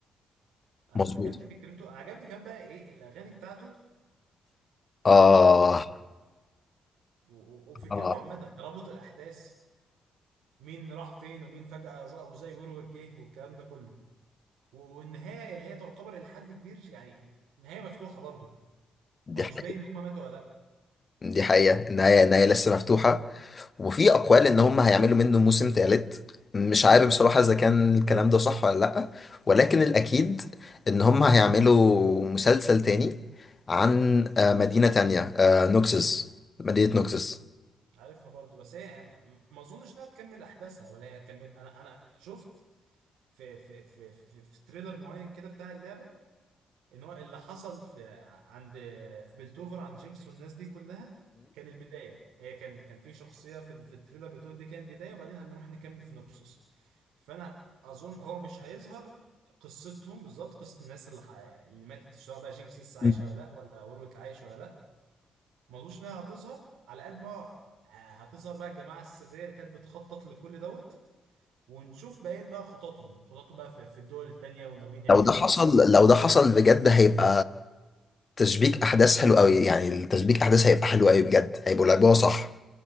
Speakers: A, on the right; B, on the left.
A: ع-
B: مظبوط
A: عجبني فكرته عجبني كمان بقى ايه الاغاني بتاعته
B: آه
A: مم. و- و- وفكرته
B: آه
A: عامة ترابط الاحداث مين راح فين ومين فجأة ظهر وزي وروك جه والكلام ده كله و- والنهاية اللي هي تعتبر الى حد كبير يعني نهاية مفتوحة برضه هو
B: دي
A: مش
B: حقيقة
A: باين ان هما ماتوا ولا لا
B: دي حقيقة النهاية النهاية لسه مفتوحة وفي أقوال إن هم هيعملوا منه موسم تالت مش عارف بصراحة إذا كان الكلام ده صح ولا لأ ولكن الأكيد إن هم هيعملوا مسلسل تاني عن آه، مدينة تانية آه، نوكسس مدينة نوكسس
A: مم. عارفها برضه بس هي م- ما اظنش انها تكمل احداثها ولا هي هتكمل انا انا شفت في في في في, في تريلر معين كده بتاع اللعبه ان هو اللي حصل في عند في بلتوفر عند جينكس والناس دي كلها كان البدايه هي كان كان في شخصيه في ال- في التريلر بتقول دي كانت البدايه وبعدين هنروح نكمل في نوكسوس فانا اظن هو مش هيظهر قصتهم بالظبط قصه الناس اللي ح... اللي ماتت سواء بقى جينكس لسه عايشه
B: مم؟
A: ولا لا ولا وورويك عايش ولا لا ما اظنش انها هتظهر على قد ما هتظهر بقى الجماعه السريه اللي كانت بتخطط لكل دوت ونشوف بقية بقى خططهم خططهم بقى في في الدول التانية وناويين يعملوا
B: لو ده حصل
A: ايه
B: لو ده حصل بجد هيبقى تشبيك احداث حلو قوي يعني التشبيك احداث هيبقى حلو قوي بجد هيبقوا لعبوها صح